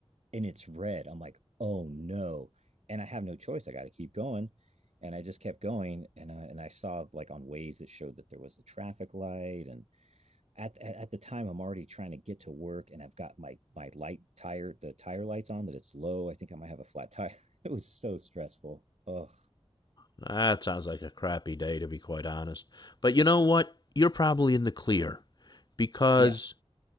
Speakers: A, on the right; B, on the left.
A: and it's red. I'm like, oh no. And I have no choice. I got to keep going. And I just kept going. And I, and I saw like on ways that showed that there was a traffic light. And at, at, at the time, I'm already trying to get to work and I've got my, my light tire, the tire lights on that it's low. I think I might have a flat tire. <laughs> it was so stressful. Oh,
B: that sounds like a crappy day to be quite honest. But you know what? You're probably in the clear because
A: yeah.